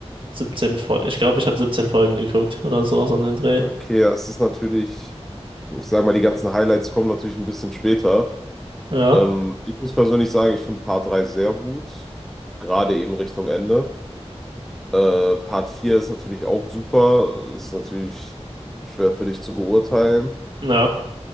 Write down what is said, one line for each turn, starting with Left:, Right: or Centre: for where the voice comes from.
Right: 17 Folgen. Ich glaube, ich habe 17 Folgen geguckt oder sowas an den Dreh.
Centre: Okay, das ist natürlich, ich sag mal, die ganzen Highlights kommen natürlich ein bisschen später.
Right: Ja,
Centre: Ähm, ich muss persönlich sagen, ich finde Part 3 sehr gut, gerade eben Richtung Ende. Äh, Part 4 ist natürlich auch super, ist natürlich schwer für dich zu beurteilen.
Right: ja,